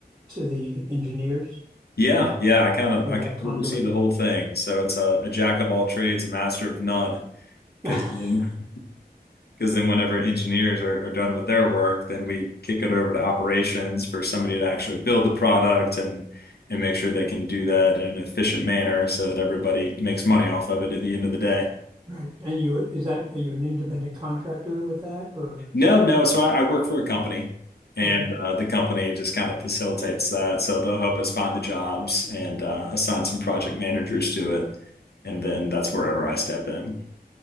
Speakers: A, on the right; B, on the left.
A: to the engineers?
B: Yeah, yeah, I kind of
A: You're
B: I
A: that
B: kind
A: conduit.
B: of oversee the whole thing. So it's a, a jack of all trades, a master of none, because
A: <laughs>
B: then because then whenever engineers are, are done with their work, then we kick it over to operations for somebody to actually build the product and and make sure they can do that in an efficient manner so that everybody makes money off of it at the end of the day.
A: Right. And you is that are you an independent contractor with that or
B: No, no. So I, I work for a company, and
A: okay.
B: uh, the company just kind of facilitates that. So they'll help us find the jobs and uh, assign some project managers to it, and then that's wherever I step in.